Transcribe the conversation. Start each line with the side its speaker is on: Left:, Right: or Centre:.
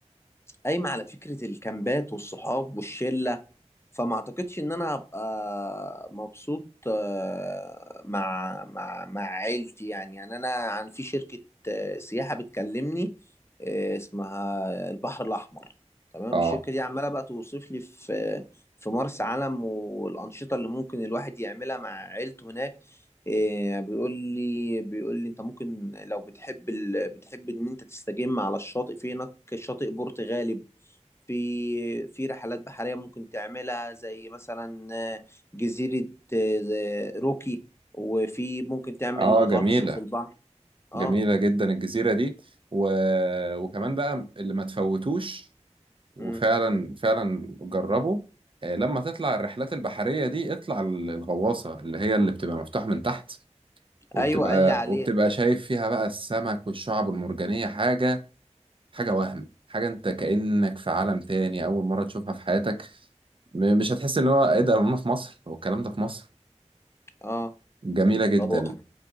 Left: قايمه على فكره الكامبات والصحاب والشله فما اعتقدش ان انا هبقى مبسوط آه، مع مع مع عيلتي يعني يعني انا عن في شركة آه، سياحة بتكلمني آه، اسمها البحر الاحمر تمام
Right: آه
Left: الشركة دي عمالة بقى توصف لي في في مرسى علم والانشطة اللي ممكن الواحد يعملها مع عيلته هناك آه، بيقول لي بيقول لي انت ممكن لو بتحب ال... بتحب ان انت تستجم على الشاطئ في هناك شاطئ بورتغالي في في رحلات بحرية ممكن تعملها زي مثلا آه، جزيرة آه، روكي وفي ممكن تعمل
Right: آه جميلة
Left: غطس في البحر اه
Right: جميلة جدا الجزيرة دي و... وكمان بقى اللي ما تفوتوش وفعلا
Left: مم.
Right: فعلا جربه آه، لما تطلع الرحلات البحرية دي اطلع الغواصة اللي هي اللي بتبقى مفتوحة من تحت وبتبقى
Left: ايوه قال لي عليها
Right: وبتبقى شايف فيها بقى السمك والشعب المرجانية حاجة حاجة
Left: مم.
Right: وهم حاجة انت كأنك في عالم تاني أول مرة تشوفها في حياتك م- مش هتحس ان هو ايه ده انا في مصر هو الكلام ده في مصر
Left: اه
Right: جميلة جدا
Left: هو